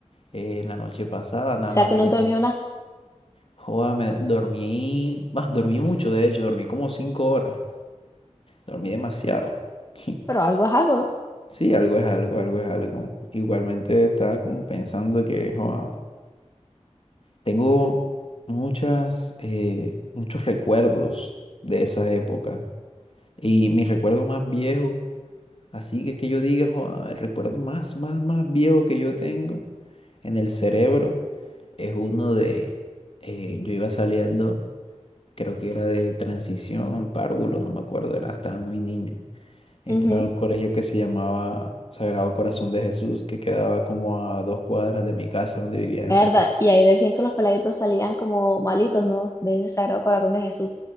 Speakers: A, on the left (about 55°); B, on the left (about 25°).
A: eh, en la noche pasada nada
B: sea
A: más
B: que
A: dormí,
B: no dormió nada,
A: joda, me dormí, más dormí mucho de hecho, dormí como cinco horas, dormí demasiado. <laughs>
B: pero algo es algo, ¿no?
A: Sí, algo es algo, algo es algo. Igualmente estaba como pensando que, joda, Tengo muchas, eh, muchos recuerdos de esas épocas. Y mi recuerdo más viejo, así que es que yo diga, "Joa, el recuerdo más, más, más viejo que yo tengo en el cerebro es uno de, eh, yo iba saliendo, creo que era de transición, párvulo, no me acuerdo, era, estaba muy niño. Estaba
B: Ujú,
A: en un colegio que se llamaba Sagrado Corazón de Jesús, que quedaba como a dos cuadras de mi casa donde vivía en ese
B: Es verdad. Y ahí decían que los peladitos salían como malitos, ¿no? De ese sagrado corazón de Jesús,